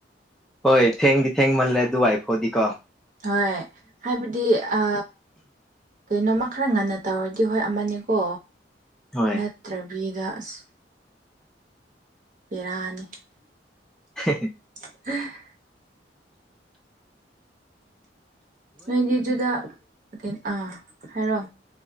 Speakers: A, in the centre; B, on the right.
A: ꯍꯣꯏ ꯊꯦꯡꯗꯤ ꯊꯦꯡꯃꯜꯂꯦ ꯑꯗꯨ ꯋꯥꯏꯐꯥꯎꯗꯤꯀꯣ
B: ꯍꯣꯏ ꯍꯥꯏꯕꯗꯤ ꯑ ꯀꯩꯅꯣꯝꯃ ꯈꯔ ꯉꯟꯅ ꯇꯧꯔꯗꯤ ꯍꯣꯏ ꯑꯃꯅꯦꯀꯣ
A: ꯍꯣꯏ
B: ꯅꯠꯇ꯭ꯔꯕꯤꯗ ꯑꯁ ꯄꯦꯔꯥꯅꯤ
A: <unintelligible>
B: <unintelligible> ꯅꯣꯏꯗꯤ ꯑꯗꯨꯗ ꯀꯩꯅꯣ ꯑꯥ ꯍꯥꯏꯔꯣ